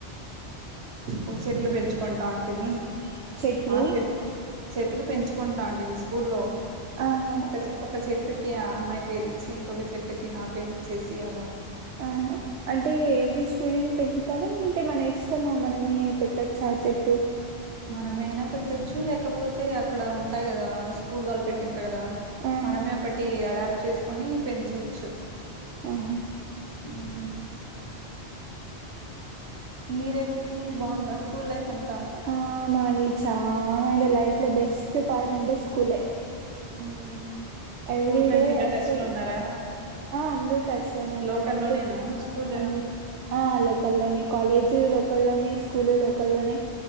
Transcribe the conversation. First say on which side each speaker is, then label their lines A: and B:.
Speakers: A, on the right (about 70°); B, on the right (about 80°).
A: ఒక చెట్లు పెంచుకుంటా ఉంటిే మీ
B: చెట్లు
A: ఆ చెట్ చెట్లు పెంచుకుంటాంట ే మీ స్కూల్లో
B: ఆహా
A: ఒక చె ఒక చెట్ ట్కి ఆ అమ్మాయి పేరుచ్చి ఇంకొక చెట్టుకి నా పేరు ఇచ్చేసి అలా
B: ఆహా అంటే ఎవరీ స్టూడెంట్ పెంచుతారా అే మన ఇష్టమా మనమే పెట్టొచ్చ ఆ చెట్టు
A: మనమైనా పెట్టొచ్చు లేకపోతే అక్కడ ఉంటాయి కదా స్కూల్ వాళ్ళు పెట్టిన కదా
B: ఆ
A: మనమే ఒకటి అడాప్ట్ చేసు కొని పెంచొచ్చు
B: ఆహా
A: ఆ నీదే నీది బాగుంద స్కూల్ లైఫ్ అంతా
B: ఆ మాది చాలా అంటే లైఫ్లో బెస్ట్ పార్ట్ అంటే స్కూలే
A: మ్మ్ స్కూల్
B: ఎవ్రీ
A: ఫ్రెండ్స్
B: డే
A: ఇంకా
B: అసలు
A: టచ్ లో ఉన్నారా
B: ఆ అందర ట్రస్ట్ లోనే ఉన్నారు
A: లోకల్లోనేనా నువ్వు స్కూల్
B: అంద ఆ లోక లోనే కాలేజీ లో లోల్లోనే స్కూల్ లోకల్లోనే